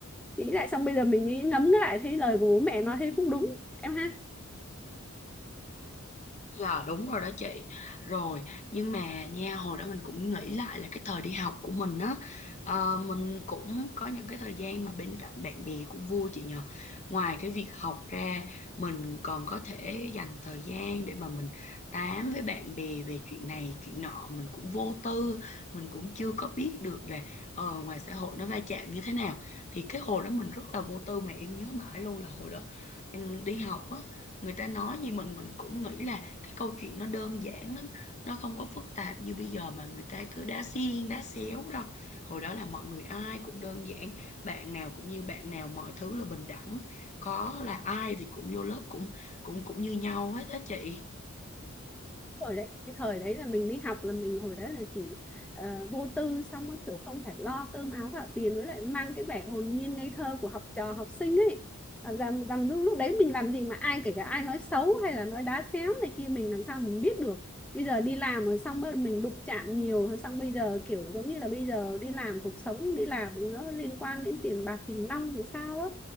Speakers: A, in the centre; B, on the left.
A: nghĩ lại xong bây giờ mình nghĩ ngẫm lại thấy lời của bố mẹ nói thấy cũng đúng em ha
B: Dạ đúng rồi đó chị Rồi nhưng mà nha hồi đó mình cũng nghĩ lại là cái thời đi học của mình á ờ, Mình cũng có những cái thời gian mà bên cạnh bạn bè cũng vui chị nhờ Ngoài cái việc học ra mình còn có thể dành thời gian để mà mình tám với bạn bè về chuyện này chuyện nọ Mình cũng vô tư, mình cũng chưa có biết được là ờ, ngoài xã hội nó va chạm như thế nào Thì cái hồi đó mình rất là vô tư mà em nhớ mãi luôn là hồi đó em đi học á người ta nói gì mình mình cũng nghĩ là cái câu chuyện nó đơn giản lắm nó không có phức tạp như bây giờ mà người ta cứ đá xiên đá xéo đâu hồi đó là mọi người ai cũng đơn giản bạn nào cũng như bạn nào mọi thứ là bình đẳng có là ai thì cũng vô lớp cũng cũng cũng như nhau hết á chị
A: thời đấy cái thời đấy là mình đi học là mình hồi đó là chỉ ờ, vô tư xong rồi kiểu không phải lo cơm áo gạo tiền với lại mang cái vẻ hồn nhiên ngây thơ của học trò học sinh ấy làm, làm, làm lúc, lúc đấy mình làm gì mà ai kể cả ai nói xấu hay là nói đá xéo này kia mình làm sao mình biết được bây giờ đi làm rồi xong rồi mình đụng chạm nhiều rồi xong bây giờ kiểu giống như là bây giờ đi làm cuộc sống đi làm nó liên quan đến tiền bạc tiền nong thì sao á